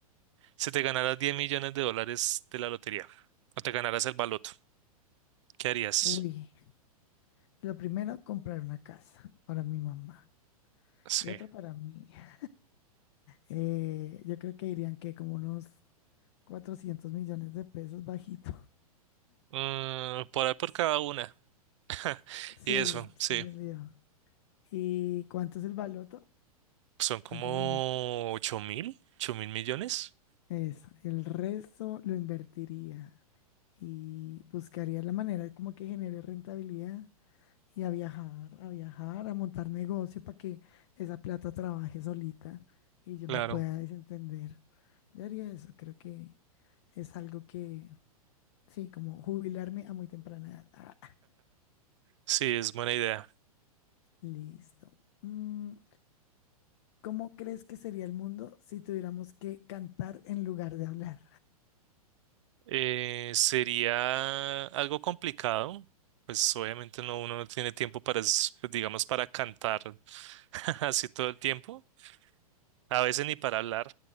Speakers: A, on the right; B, on the left.
A: se te ganaras 10 millones de dólares de la lotería o te ganaras el baloto? ¿Qué harías?
B: Uy, lo primero, comprar una casa para mi mamá.
A: Sí,
B: Y otra para mí. <laughs> Eh, yo creo que dirían que como unos 400 millones de pesos bajito.
A: Mm, por ahí por cada una. <laughs>
B: <laughs> Sí,
A: Y eso,
B: es
A: sí,
B: que es el lío. ¿Y cuánto es el baloto?
A: son como
B: ¿Cuánto me dijiste?
A: ocho mil, ocho mil millones.
B: Eso. El resto lo invertiría y buscaría la manera como que genere rentabilidad y a viajar, a viajar, a montar negocio para que esa plata trabaje solita y yo
A: Claro,
B: me pueda desentender. Yo haría eso. Creo que es algo que Sí, como jubilarme a muy temprana edad. Ah,
A: sí, es buena idea.
B: listo. Mm, ¿cómo crees que sería el mundo si tuviéramos que cantar en lugar de hablar?
A: Eh, sería algo complicado. Pues obviamente no, uno no tiene tiempo para, es- pues, digamos, para cantar <laughs> así todo el tiempo. A veces ni para hablar